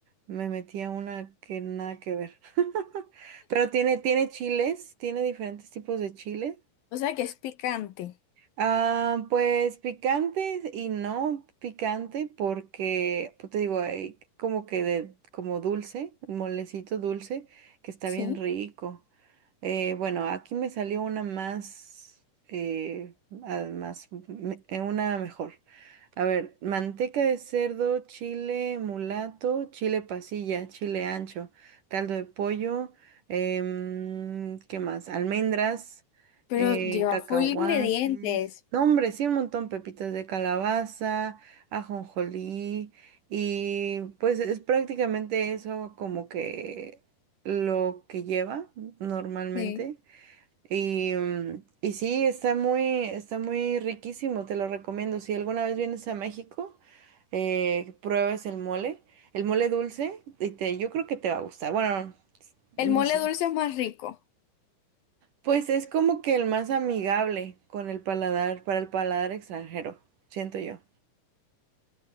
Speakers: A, on the right (about 60°); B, on the left (about 65°).
A: Me metí a una que nada que ver. <laughs> Pero tiene, tiene chiles, tiene diferentes tipos de chiles.
B: O sea que es picante,
A: Ah, pues picantes y no picante porque, pues te digo, hay como que de, como dulce, un molecito dulce que está
B: ¿sí?
A: bien rico. Eh, bueno, aquí me salió una más, eh, ah, más, me- eh, una mejor. A ver, manteca de cerdo, chile mulato, chile pasilla, chile ancho, caldo de pollo, em, ¿qué más? Almendras,
B: Pero
A: eh,
B: lleva
A: cacahuates.
B: full ingredientes.
A: No, hombre, sí, un montón, pepitas de calabaza, ajonjolí, y pues es prácticamente eso como que lo que lleva normalmente.
B: sí.
A: Y, mm, y sí, está muy, está muy riquísimo, te lo recomiendo. Si alguna vez vienes a México, eh, pruebes el mole, el mole dulce, y te, yo creo que te va a gustar. Bueno,
B: El
A: no
B: mole
A: sé.
B: dulce es más rico.
A: Pues es como que el más amigable con el paladar, para el paladar extranjero, siento yo.